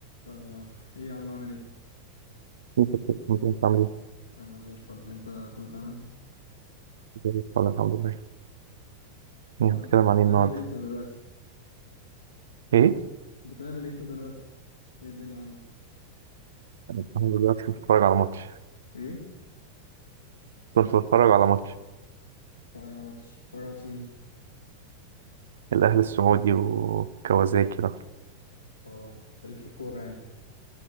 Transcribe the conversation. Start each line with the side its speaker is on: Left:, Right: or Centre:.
Left: آه ايه يا عم عامل ايه؟
Right: <laughs> كنت كنت عامل ايه؟
Left: انا زي الفل انت كله تمام؟
Right: زي الفل الحمد لله يعني
Left: آه
Right: هنتكلم عن
Left: بتعمل
Right: ايه النهارده؟
Left: ايه انت دلوقتي؟
Right: ايه؟
Left: بتعمل ايه انت دلوقتي؟ ايه الدنيا عندك؟
Right: انا الحمد لله كنت بتفرج على ماتش
Left: ايه؟
Right: كنت بتفرج على ماتش
Left: بتتفرج على ماتش بتتفرج على ماتش مين؟
Right: الاهلي السعودي وكوازاكي ده
Left: اه انت ليك في الكورة يعني